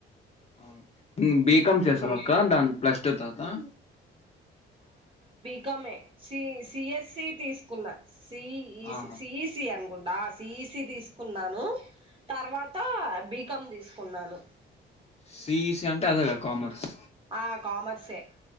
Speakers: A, on the left; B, on the right.
A: అవున్ మ్ బీకమ్ చేసావా
B: డిగ్రీకి
A: అక్క దాని ప్లస్ టూ తవ్తా
B: కమే సీ సిఎస్సి తీస్కున్న సిఈసి
A: ఆహా
B: సిఈసి అన్కుం డా సీఈసి తీస్కున్నాను తర్వాత బీకాం తీస్కున్నాను.
A: సిఈసి అంటే అదేగా కామర్స్
B: ఆ కామర్సే